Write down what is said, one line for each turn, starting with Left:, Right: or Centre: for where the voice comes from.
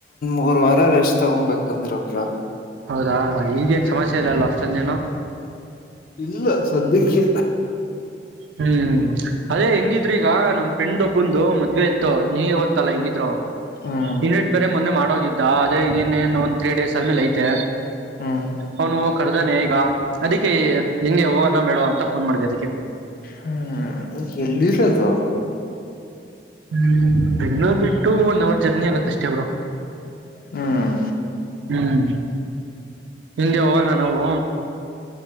Left: ಮೂರ್ ವಾರ ರೆಸ್ಟ್ ತಗೊಬೇಕಂದ್ರು ಬ್ರೋ
Right: ಹೌದಾ ಈಗೇನ್ ಸಮಸ್ಯೆ ಇಲ್ಲಲ್ಲ ಅಷ್ಟೊಂದೇನು
Left: ಇಲ್ಲ ಸಾಧ್ಯಕ್ಕೆ
Right: ಹ್ಮ್ ಅದೇ ಹೆಂಗಿದ್ರಿ ಈಗ ನಮ್ ಫ್ರೆಂಡ್ ಒಬ್ಬನ್ದು ಮತ್ ದ್ವೆ ಇತ್ತು ನೀ ಗೊತ್ತಲ್ಲ ಎಂಗಿ ಬ್ರೋ
Left: ಹ್ಮ್
Right: ಇನ್ವಿಟ್ ಬೇರೆ ಮೊನ್ನೆ ಮಾಡೋಗಿದ್ದ ಅದೇ ಇನ್ನೇನ್ ಒಂದ ತ್ರೀ ಡೇಸ್ ಆದ್ಮೇಲೆ ಐ ತೆ
Left: ಹ್ಮ್
Right: ಅವ್ನು ಕರ್ದನೆ ಈಗ ಅದಿಕ್ಕೆ ಹೆಂಗೆ ಹೋಗನ ಬೇಡ್ವ ಅಂತ ಫೋನ್ ಮಾಡಿದೆ ಅದಕ್ಕೆ
Left: ಹ್ಮ್ ಎಲ್ಲಿರದು
Right: ಹ್ಮ್ ಬೆಂಗ್ಳೂರ್ ಬಿಟ್ಟು ಒನ್ ಅವರ್ ಜರ್ನಿ ಆಗತ್ ಅಷ್ಟೇ ಬ್ರೋ
Left: ಹ್ಮ್
Right: ಹ್ಮ್ ಎಂಗೆ ಹೋಗನ ನಾವು